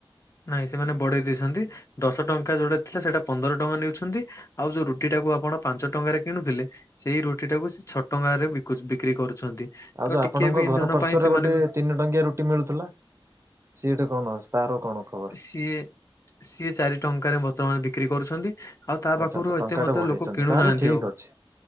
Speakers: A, on the left (about 35°); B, on the right (about 30°).
A: ନାଇଁ ସେମାନେ ବଢେଇ ଦେଇଛନ୍ତି ଦଶ ଟଙ୍କା ଯୋଉଟା ଥିଲା ସେଟା ପନ୍ଦର ଟଙ୍କା ନେଉଛନ୍ତି ଆଉ ଯୋଉ ରୁଟିଟାକୁ ଆପଣ ପାଞ୍ଚ ଟଙ୍କାରେ କିଣୁଥିଲେ ସେଇ ରୁଟିଟାକୁ ସେ ଛ ଟଙ୍କାରେ ବିକୁ ବିକ୍ରି କରୁଛନ୍ତି
B: ଆଉ
A: ତ
B: ଯୋଉ
A: ଟିକେ
B: ଆପଣଙ୍କ
A: ବି ଇନ୍ଧନ
B: ଘର ପାର୍ଶ୍ଵରେ
A: ପାଇଁ ସେମାନେ
B: ଗୋଟେ
A: ବି
B: ତିନି ଟଙ୍କିଆ ରୁଟି ମିଳୁଥିଲା ସିଏଟା କଣ ଅଛି ତାର କଣ ଖବର
A: ସିଏ ସିଏ ଚାରି ଟଙ୍କାରେ ବର୍ତ୍ତମାନ ବିକ୍ରି କରୁଛନ୍ତି ଆଉ ତା
B: ଆଚ୍ଛା
A: ପାଖରୁ
B: ଆଚ୍ଛା ଟଙ୍କାଟେ
A: ଏତେ ମଧ୍ୟ
B: ବଢେଇଛନ୍ତି
A: ଲୋକ କିଣୁନାହାନ୍ତି
B: ତାହେଲେ ଠିକ୍
A: ଆଉ
B: ଅଛି